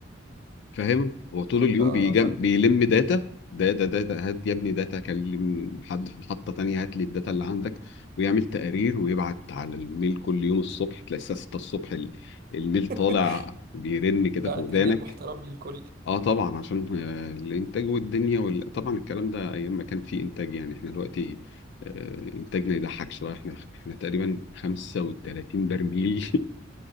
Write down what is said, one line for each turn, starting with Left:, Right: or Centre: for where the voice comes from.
Left: فاهم هو طول اليوم
Right: اه
Left: بيجم...
Right: فاهمك
Left: بيلم داتا داتا داتا هات يا ابني داتا كلم حد في محطة تانية هات لي الداتا اللي عندك ويعمل تقارير ويبعت على الميل كل يوم الصبح تلاقي الساعة 6 الصبح ال- الميل
Right: <laughs>
Left: طالع بيرن
Right: بعت
Left: كده في ودانك
Right: ايميل محترم للكل
Left: اه طبعا عشان آه، الانتاج والدنيا وال... طبعا الكلام ده ايام ما كان في انتاج يعني احنا دلوقتي آه، انتاجنا يضحك شويه احنا احنا تقريبا 35 برميل